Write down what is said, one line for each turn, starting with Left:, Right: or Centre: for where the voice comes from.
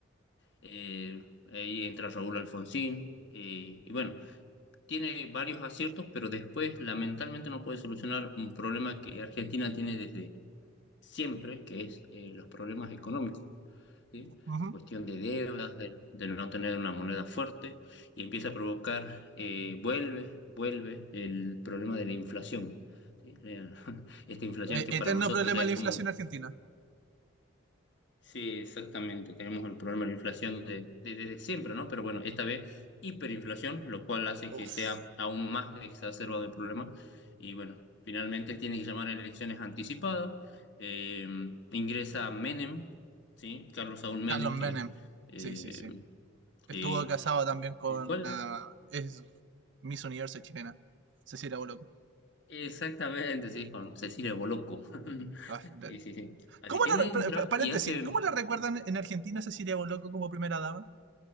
Left: eh, ahí entra Raúl Alfonsín eh, y bueno, tiene varios aciertos, pero después lamentablemente no puede solucionar un problema que Argentina tiene desde siempre, que es eh, los problemas económicos, ¿sí?
Right: Ujú.
Left: Cuestión de deudas, de, de no tener una moneda fuerte, y empieza a provocar, eh, vuelve, vuelve el problema de la inflación. ¿sí? La- <laughs> Esta inflación
Right: E-
Left: que para
Right: eterno
Left: nosotros
Right: problema
Left: ya es
Right: de la
Left: como
Right: inflación argentina.
Left: Sí, exactamente. Tenemos el problema de la inflación de, de- desde siempre, ¿no? Pero bueno, esta vez hiperinflación, lo cual hace
Right: Uf.
Left: que sea aún más exacerbado el problema. Y bueno, finalmente tiene que llamar a elecciones anticipadas. Eh, ingresa Menem, ¿sí? Carlos Saúl Menem,
Right: Carlos Menem.
Left: que, eh,
Right: Sí, sí, sí. Estuvo
Left: que-
Right: casado también con
Left: el cual
Right: una... Es Miss Universo chilena. Cecilia Boloco.
Left: exactamente, sí, con Cecilia Boloco. <laughs>
Right: Ah, la-
Left: Sí, sí, sí. Así
Right: ¿Cómo
Left: que
Right: la...
Left: él entra
Right: re- pa- pa- Paréntesis.
Left: y hace...
Right: ¿Cómo la recuerdan en Argentina a Cecilia Boloco como primera dama?